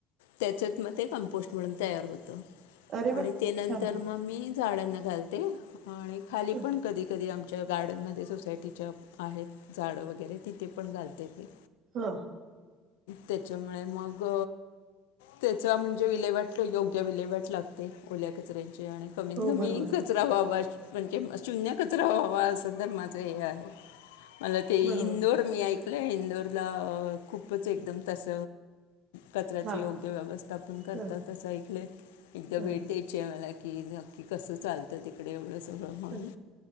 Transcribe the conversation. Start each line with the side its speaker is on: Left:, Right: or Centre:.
Left: त्याच्यात म ते कम्पोस्ट म्हणून तयार होतं.
Right: अरे
Left: आणि
Right: वा
Left: ते नंतर
Right: छान
Left: म मी झाडांना घालते. आणि खाली
Right: ह
Left: पण कधी कधी आम आच्या गार्डनमध्ये सोसायटीच्या आहेत झाडं वगैरे तिथे पण घालते मी
Right: हा
Left: त्याच्यामुळे मग त्याचा म्हणजे विलेहेवाट योग्य विलेवाट लागते ओल्या कचऱ्या आणि कमीत
Right: हो
Left: कमी
Right: बरोबर
Left: कचरा व्हावा म्हणजे शून्य कचरा व्हावा असं माझं हे मत आहे मला ते
Right: बरोबर
Left: इंदोर ऐकलं इंदरला खूपच एकदम तस कचऱ्याचे
Right: हा
Left: योग्य व्यवस्था पण करत
Right: ह
Left: तसं ऐकले एकदा
Right: ह
Left: भेट द्यायची आहे मला खकी <inaudible> कसं चालतं तिकडे एवढं सगळं म्हणून
Right: ह